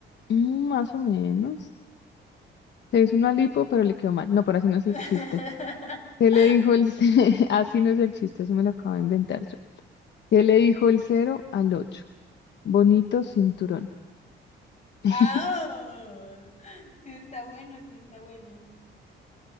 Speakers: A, on the left (about 60°); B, on the left (about 35°).
A: Mm, más o menos. Se hizo una lipo, pero le quedó mal. No, pero así no es
B: <laughs>
A: el chiste. ¿Qué le dijo el ce- <laughs> Así no es el chiste, eso me lo acabo de inventar yo. ¿Qué le dijo el cero al ocho? Bonito cinturón. <laughs>
B: ¡Ah! Sí está bueno, sí está bueno.